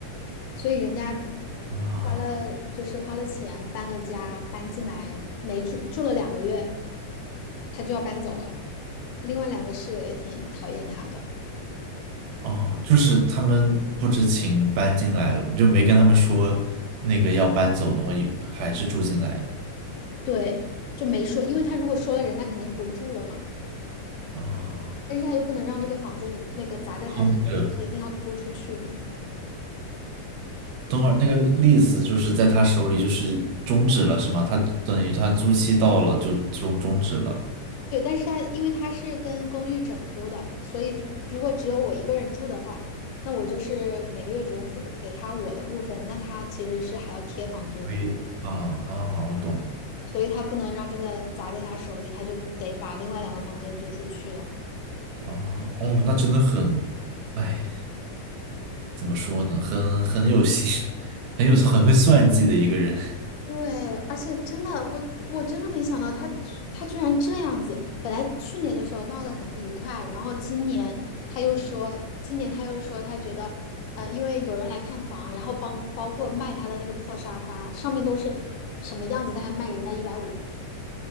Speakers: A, on the left; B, on the right.
A: 所以人家
B: 啊
A: 花了就是花了钱搬了家，搬进来没住住了两个月，他就要搬走了。另外两个室友也挺讨厌他的，
B: 哦，就是他们不知情搬进来了，就没跟他们说那个要搬走，然后一还是住进来
A: 对，就没说，因为他如果说了，人家肯定不住了嘛。
B: 啊，
A: 但是他又不能让这个房子那个砸在他手里，
B: 空着。
A: 他一定要租出去嘛。
B: 等会儿那个 l e 就是在他手里就是终止了是吗？他等于他租期到了就终终止了。
A: 对，但是他因为他是跟公寓整租的，所以如果只有我一个人住的话，那我就是每个月只用付的给他我的部分，那他其实是还要贴房租的。
B: 喂，啊啊，我懂
A: 所以他不能让这个砸在他手里，他就得把另外两个房间租出去了。
B: 啊，哦，那真的很，哎。怎么说呢，很很有心，<laughs> 很有很会算计的一个人。<laughs>
A: 对，而且真的，我我真的没想到他他居然这样子。本来去年的时候闹得很不愉快，然后今年他又说，今年他又说他觉得，呃，因为有人来看房，然后帮包括卖他的那个破沙发，上面都是什么样子，他还卖人家一百五，